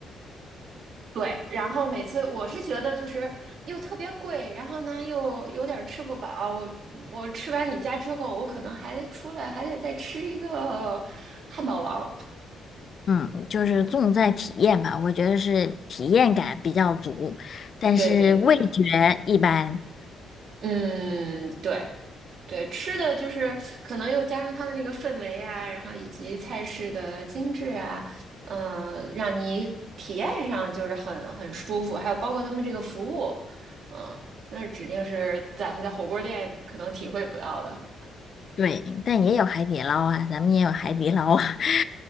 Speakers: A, on the right; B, on the left.
A: 对，然后每次我是觉得就是又特别贵，然后呢又有点儿吃不饱。我我吃完你家之后，我可能还得出来，还得再吃一个汉堡王。
B: 嗯，就是重在体验吧，我觉得是体验感比较足，但是味觉一般。
A: 对对对，嗯，对对，吃的就是可能又加上它的那个氛围啊，然后以及菜式的精致啊，嗯、让你体验上就是很很舒服，还有包括他们这个服务，嗯、那指定是咱们在火锅店可能体会不到的，
B: 对，但也有海底捞啊，咱们也有海底捞啊。<laughs>